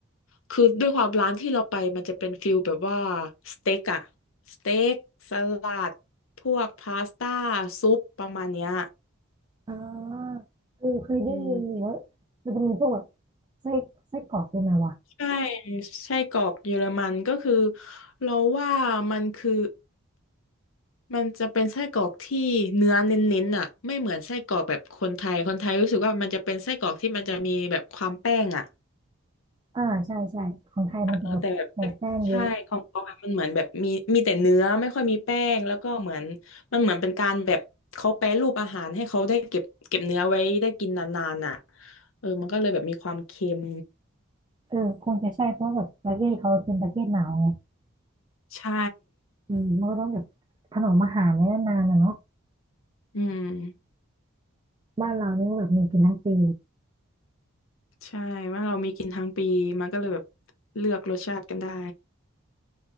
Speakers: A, on the left; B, on the right.
A: คือด้วยความร้านที่เราไปมันจะเป็นฟิลแบบว่าสเต็กอะสเต็กสลัดพวกพาสต้าซุปประมาณเนี้ย
B: อ่าเออเคยได้ยินอยู่ว่า
A: อืม
B: มันจะมีพวกแบบไส้ไส้กรอกด้วยไหมวะ
A: ใช่ไส้กรอกเยอรมันก็คือเราว่ามันคือมันจะเป็นไส้กรอกที่เนื้อเน้นๆอ่ะไม่เหมือนไส้กรอกแบบคนไทยคนไทยรู้สึกว่ามันจะเป็นไส้กรอกที่มันจะมีแบบความแป้งอ่ะ
B: อ่าใช่ใช่ของไทยมันจะแบบใส่แป้งเยอะ
A: เออแต่แบบใช่ของเขาแบบมันเหมือนแบบมีมีแต่เนื้อไม่ค่อยมีแป้งแล้วก็เหมือนมันเหมือนเป็นการแบบเขาแปรรูปอาหารให้เขาได้เก็บเก็บเนื้อไว้ได้กินนานๆอ่ะเออมันก็เลยแบบมีความเค็ม
B: เออคงจะใช่เพราะว่าแบบประเทศเขาเป็นประเทศหนาวไง
A: ใช่
B: อืมมันก็ต้องแบบถนอมอาหารไว้นานๆนะเนาะ
A: อืม
B: บ้านเรานี่ก็แบบมีกินทั้งปี
A: ใช่ว่าเรามีกินทั้งปีมันก็เลยแบบเลือกรสชาติกันได้